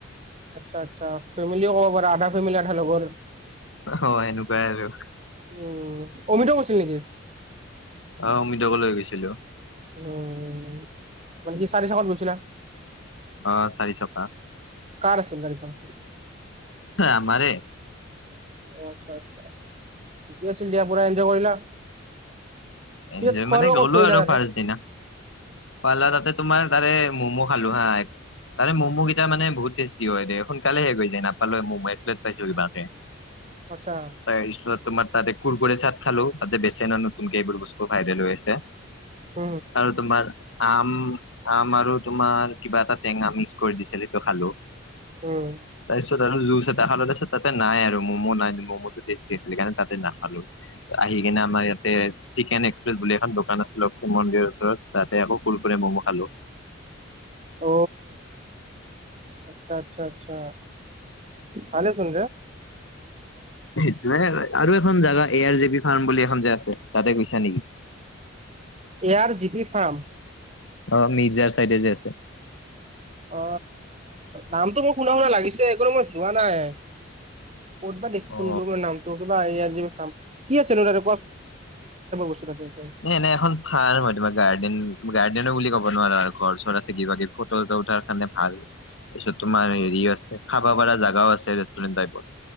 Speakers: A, on the right; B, on the left.
A: আচ্ছা আচ্ছা ফেমিলি ক'ব পাৰা আধা ফেমিলি আধা লগৰ।
B: অ এনেকোৱাই আৰু
A: উম অমৃত গৈছিল নেকি?
B: অ অমৃতকো লৈ গৈছিলোঁ।
A: উম মানে কি চাৰি চকাত গৈছিলা?
B: অ চাৰিচকা
A: কাৰ আছিল গাড়ীখন?
B: আমাৰে
A: আচ্ছা আচ্ছা ঠিক আছিল দিয়া পোৰা এন্জয় কৰিলা। পিছত
B: এনজয়
A: খোৱা
B: মানে
A: লোৱা
B: গ'লো
A: ক'ত কৰিলা
B: আৰু
A: তাতে?
B: ফাৰ্ষ্ট দিনা। পাৰ্লাৰতে তোমাৰ তাৰে ম'ম' খালো হা এক তাৰে ম'ম' কেইটা মানে বহুত টেষ্টি হয় দে সোনকালে শেষ হৈ যায় নাপালোৱেই মমো এক প্লেট পাইছো কিবাকে
A: আচ্ছা
B: তাৰ পিছত তোমাৰ তাতে কুৰকোৰি চাট খালো তাতে বেচন আন কোনকে এইবোৰ বস্তু ভাইৰেল হৈ আছে
A: উ
B: আৰু তোমাৰ আম আম আৰু তোমাৰ কিবা এটা টেঙা মিক্স কৰি দিছিলে সেইটো খালো।
A: উম
B: তাৰপিছত আৰু জুচ এটা তাতে নাই আৰু ম'ম' নাই ম'ম'টো টেষ্টি নাছিলে কাৰণ তাতে নাখালো আহি কিনে আমাৰ ইয়াত এ চিকেন এক্সপ্ৰেছ বুলি এখন দোকান আছে লক্ষি মন্দিৰৰ ওচৰত তাতে আকৌ কুৰ-কুৰি, ম'মো খালো।
A: অ আচ্ছা আচ্ছা আচ্ছা ভালেচোন,
B: সেইটোৱে আৰু এখন জাগা এ আৰ জে বি ফাৰ্ম বুলি এখন যে আছে তা গৈছা নেকি?
A: এয় আৰ জি পি ফাৰ্ম
B: অ মিৰ্জাৰ চাইড যে আছে
A: অ নামটো মোৰ শুনা শুনা লাগিছে অকল মই যোৱা নাই। <unintelligible> কোৱা চুন
B: অ
A: মানে কেনেকুৱা টাইপৰ বস্তু তাতে পোৱা যায়।
B: এ এনে এখন। ভাল মই তোমাৰ গাৰ্ডেন গাৰ্ডেনো বুলি ক'ব নোৱাৰো আৰু ঘৰ চৰ আছে কিবা কিবি ফটো উঠাৰ কাৰণে ভাল। তাৰপিছত তোমাৰ হেৰি আছে খাব পৰা জাগাও আছে ৰেষ্টুৰেণ্ট টাইপত।